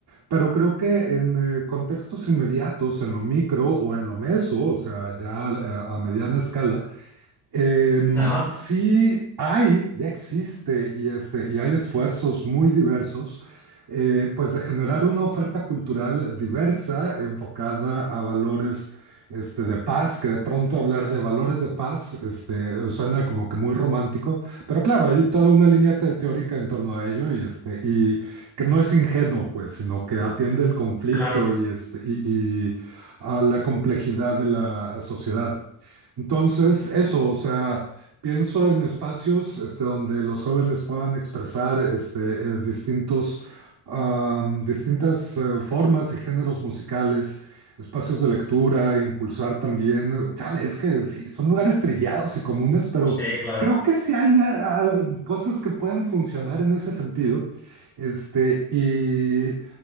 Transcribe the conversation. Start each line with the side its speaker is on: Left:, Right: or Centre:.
Right: pero creo que en eh, contextos inmediatos, en lo micro o en lo meso, o sea, ya a a mediana escala, Em,
Centre: Ajá,
Right: sí hay, ya existe, y, este, y hay esfuerzos muy diversos, eh, pues de generar una oferta cultural diversa, enfocada a valores este, de paz, que de pronto hablar de valores de paz este, suena como que muy romántico, pero claro, hay toda una línea te- teórica en torno a ello y, este, y que no es ingenuo, pues, sino que atiende el conflicto
Centre: claro,
Right: y, este, y, y a la complejidad de la sociedad. Entonces, eso, o sea, pienso en espacios este, donde los jóvenes puedan expresar este, eh, distintos, am, distintas eh, formas y géneros musicales, espacios de lectura, impulsar también. eh, Chale, es que sí, son lugares trillados y comunes, pero
Centre: sí, claro.
Right: creo que sí hay ah, ah, cosas que pueden funcionar en ese sentido. Este, y.